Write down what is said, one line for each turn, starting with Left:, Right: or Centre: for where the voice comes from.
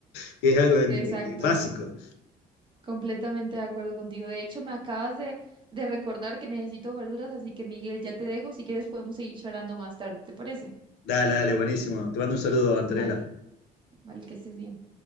Left: <laughs> que es algo en-
Right: exacto.
Left: básico.
Right: Completamente de acuerdo contigo. De hecho, me acabas de, de recordar que necesito verduras, así que Miguel, ya te dejo. Si quieres, podemos seguir charlando más tarde, ¿te parece?
Left: Dale, dale, buenísimo. Te mando un saludo, Antonella.
Right: Vale, vale, que estés bien.